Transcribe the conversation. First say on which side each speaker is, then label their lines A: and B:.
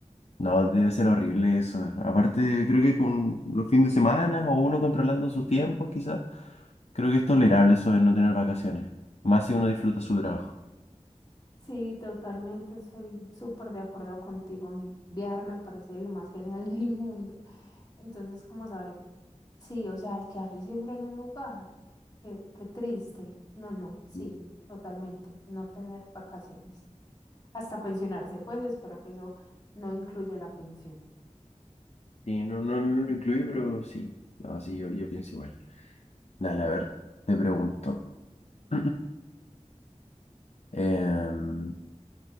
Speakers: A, on the left; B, on the left.
A: no, debe ser horrible eso. Aparte, creo que con los fines de semana o uno controlando sus tiempos, quizás, creo que es tolerable eso de no tener vacaciones. Más si uno disfruta su trabajo.
B: Sí, totalmente, estoy súper de acuerdo contigo. Mi viajar me parece lo más genial <laughs> del mundo. Entonces, como saber? Sí, o sea, al quedarse siempre en un lugar, qué, qué triste. No, no, sí,
A: Mm.
B: totalmente, no tener vacaciones. Hasta pensionarse, pues espero que eso no incluya la pensión.
A: Sí, no, no, no lo incluí, pero sí. No, sí, yo, yo pienso igual. Dale, a ver, te pregunto. <clears throat> Em,